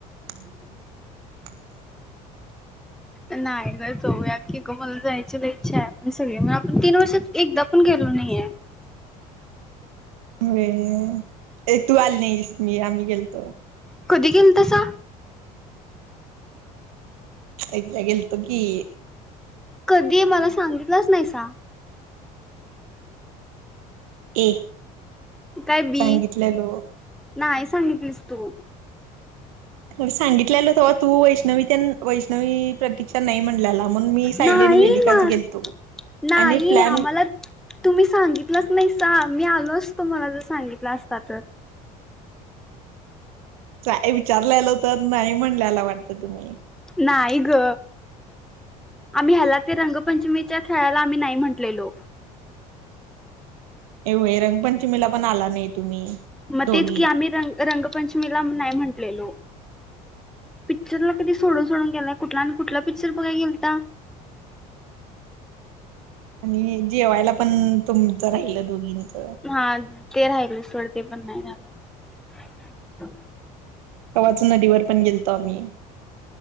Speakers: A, on the right; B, in the centre.
A: <inaudible>
B: नाही ग जाऊया की ग मला जायची लय इच्छा आहे आपण सगळे मिळून आपण तीन वर्षात एकदा पण गेलो नाहीये.
A: व्हय ये तू आली नाहीस मी आम्ही गेलतो.
B: कधी गेलता सा?
A: एकदा गेलतो की.
B: कधी? मला सांगितलंच नाही सा.
A: ए <inaudible>
B: काय बी.
A: सांगितलेलो
B: <inaudible> नाही सांगितलीस तू.
A: सांगितलेलं तेव्हा तू वैष्णवी त्यानं वैष्णवी प्रतीक्षा नाही म्हणलेल्या. म्हणून मी सायली
B: नाही
A: आणि वेदिकाच
B: ना
A: गेलतो.
B: नाही
A: आणि प्लॅन
B: आम्हाला तुम्ही सांगितलंच नाहीसा. मी आलो असतो, मला जर सांगितला असता तर.
A: चा विचारल्यालो, तर नाही म्हणल्याला वाटतं तुम्ही.
B: नाही गं. आम्ही ह्याला, ते रंगपंचमीच्या खेळाला आम्ही नाही म्हटलेलो.
A: ये वय रंगपंचमीला पण आला नाही तुम्ही.
B: मग
A: दोघी
B: तेच की, आम्ही रंग रंगपंचमीला नाही म्हटलेलो. पिक्चरला कधी सोडून सोडून गेला. कुठला आणि कुठला पिक्चर बघाई गेलता?
A: आणि जेवायला पण तुमच राहिल दोघींच.
B: हा ते राहिल सोड ते पण नाही झालं. <inaudible>
A: तवाच नदीवर पण गेलतो आम्ही.